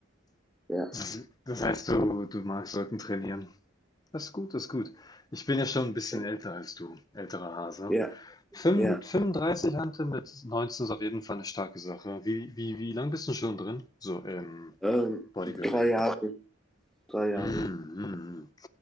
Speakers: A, in the centre; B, on the left.
A: Ja,
B: Das, das heißt, du, du magst Rücken trainieren. Das ist gut, das ist gut. Ich bin ja schon ein bisschen
A: ja,
B: älter als du, älterer Hase.
A: ja.
B: Fünf-
A: ja.
B: fünfunddreißig Hante mit 19 ist auf jeden Fall eine starke Sache. Wie, wie, wie lang bist du schon drin? So im
A: Ähm,
B: Bodybuilding.
A: drei Jahre, drei Jahre.
B: Hm, hm, hm.